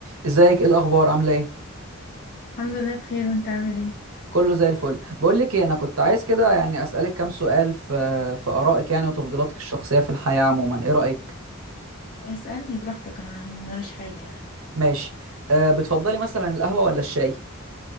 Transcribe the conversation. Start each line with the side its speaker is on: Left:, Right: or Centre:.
Right: ازيك ايه الاخبار عامله ايه
Left: الحمد لله بخير وانت عامل ايه
Right: كله زي الفل بقول لك ايه انا كنت عايز كده يعني اسالك كام سؤال في في ارائك يعني وتفضيلاتك الشخصيه في الحياه عموما ايه رايك
Left: اسألني براحتك انا موريش حاجة يعني
Right: ماشي أه بتفضلي مثلا القهوه ولا الشاي